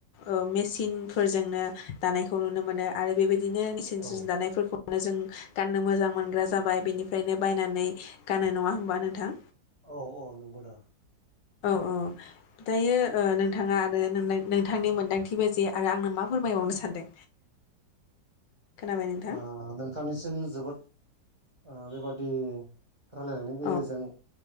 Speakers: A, on the left; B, on the right.
A: ओम मे सिनफोरजोंनो दानायखौ नुनो मोनो आरो बेबायदिनो मिसिन
B: औ
A: सिन दानायफोरखौ नो जों गाननो मोजां मोनग्रा जाबाय बेनिफ्रायनो बायनानै गानो नङा होमबा नोंथां?
B: औ औ नंगौदा
A: औ औ दायो ओ नोंथाङा आरो नोंनां नोंथांनि मोन्दांथिबो जे आरो आंनो मा फोरमायबावनो सानदों? खोनाबाय नोंथां
B: ओ नोंथांनिसिम जोबोद ओ बेबादि रायलायनायनि
A: औ नंगौ औ उम औ
B: गेजेरजों